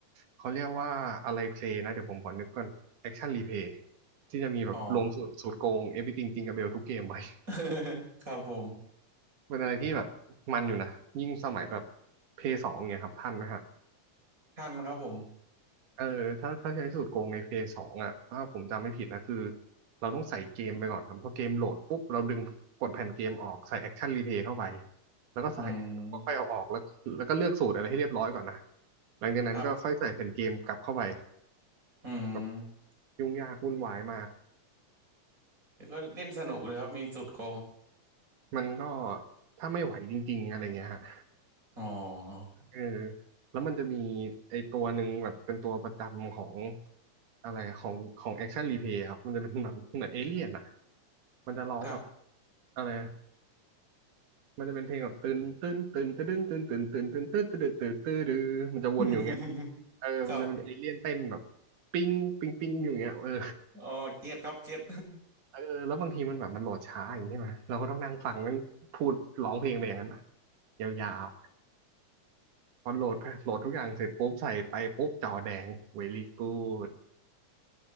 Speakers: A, on the right; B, on the right.
A: เขาเรียกว่าอะไรเพลย์นะเดี๋ยวผมขอนึกก่อนแอคชั่นรีเพลย์ที่จะมีแบบรวมสูตรสูตรโกง
B: อ๋อ
A: Everything จริงกับเบลทุกเกมไว้
B: <laughs> ครับผม
A: เป็นอะไรที่แบบมันอยู่นะยิ่งสมัยแบบเพย์สองเนี่ยครับทันไหมฮะ
B: ทันครับผม
A: เออถ้าถ้าใช้สูตรโกงในเพย์สองอ่ะถ้าผมจำไม่ผิดนะคือเราต้องใส่เกมไปก่อนครับพอเกมโหลดปุ๊บเราดึงกดแผ่นเกมออกใส่แอคชั่นรีเพย์เข้าไปแล้วก็ใส่แล้วก็ค่อยเอาออกแล้วแล้วก็เลือกสูตรอะไรให้เรียบร้อยก่อนนะ
B: อืม
A: หลังจากนั้นก็ค่อยใส่แผ่นเกมกลับเข้าไป
B: ครับอืม
A: แบบยุ่งยากวุ่นวายมาก
B: แล้วก็เล่นสนุกเลยครับมีสุดโกง
A: มันก็ถ้าไม่ไหวจริงๆอะไรเงี้ยฮะ
B: อ๋อ
A: เออแล้วมันจะมีไอตัวหนึ่งแบบเป็นตัวประจำของอะไรอะของของแอคชั่นรีเพย์ครับมันจะเป็นแบบเหมือนเอเลี่ยนอ่ะมันจะร้องแบบ
B: ครับ
A: อะไรอะมันจะเป็นเพลงแบบตื่นตื่นตื่นตื่นตื่นตื่นตื่นตื่นตื่นตื่นตื่นตื่นตื่นมันจะวนอยู่เงี้ย
B: <laughs>
A: เออมันจะเป็นเอเลี่ยนเต้นแบบ
B: ครับ
A: ปิ้งปิ้งปิ้งอยู่เงี้ยเออ
B: อ๋อเก็ตครับเก็ต
A: เออแล้วบางทีมันแบบมันโหลดช้าอย่างนี้ใช่ไหมเราก็ต้องนั่งฟังมันพูดร้องเพลงไปอย่างนั้นอะยาว พอโหลดโหลดทุกอย่างเสร็จปุ๊บใส่ไปปุ๊บจอแดง very good